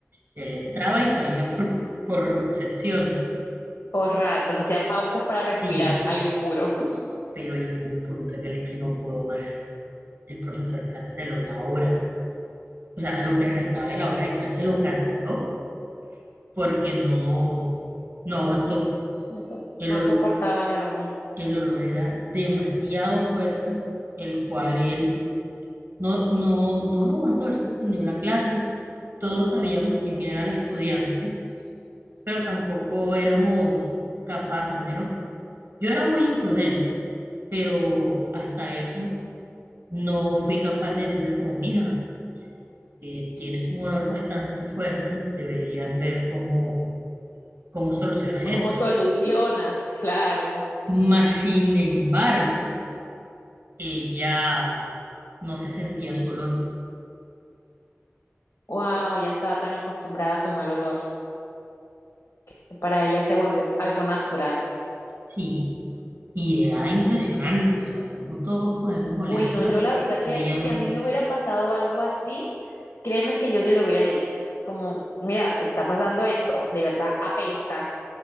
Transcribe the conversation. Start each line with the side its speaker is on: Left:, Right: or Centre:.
Right: Él entraba y salía por, por secciones.
Left: por ratos, hacía pausas para respirar
Right: Sí,
Left: aire puro. <laughs>
Right: pero llegó un punto en el que no puedo más. El profesor canceló la hora o sea, lo que restaba de la hora de clase lo canceló porque no, no aguantó.
Left: No, so-
Right: El,
Left: no
Right: ol-
Left: soportaba el aroma.
Right: el olor era demasiado fuerte, el cual él no, no, no lo aguantó, él suspendió la clase. Todos sabíamos quién era el estudiante, pero tampoco éramos capaces, al menos yo era muy imprudente, pero hasta eso no fui capaz de decirle como, mija, que tienes un olor bastante fuerte, deberías ver cómo ¿Cómo solucionas
Left: ¿Cómo
Right: eso?
Left: solucionas? Claro.
Right: Mas, sin embargo, ella no se sentía su olor.
Left: Wow, ya estaba tan acostumbrada a su mal olor. que Para ella se volvió algo natural.
Right: Sí, y era impresionante, o sea, como todos podemos olerla
Left: Uy, no, yo la verdad que
Right: y ella
Left: si
Right: no,
Left: a mí me hubiera pasado algo así, créeme que yo sí lo hubiera dicho. Como, mira, está pasando esto, de verdad apestas,